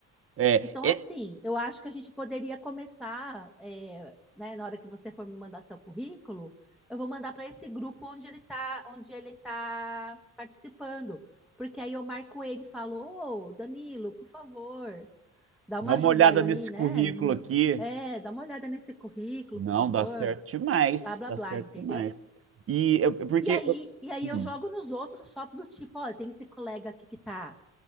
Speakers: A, on the right; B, in the centre.
A: É,
B: Então,
A: é,
B: assim,
A: é,
B: eu acho que a gente poderia começar, eh, né, na hora que você for me mandar seu currículo, eu vou mandar para esse grupo onde ele está, onde ele tá participando, porque aí eu marco ele e falo, ô, Danilo, por favor, dá
A: dá
B: uma
A: uma
B: ajuda
A: olhada
B: aí,
A: nesse
B: né?
A: currículo
B: no meu-
A: aqui.
B: É, dá uma olhada nesse currículo,
A: Não,
B: por favor,
A: dá certo demais,
B: blá, blá,
A: dá
B: blá,
A: certo
B: entendeu?
A: demais. E eu- porque,
B: E aí,
A: eu-
B: e aí
A: hum,
B: eu jogo nos outros só do tipo, ó, tem esse colega aqui que tá,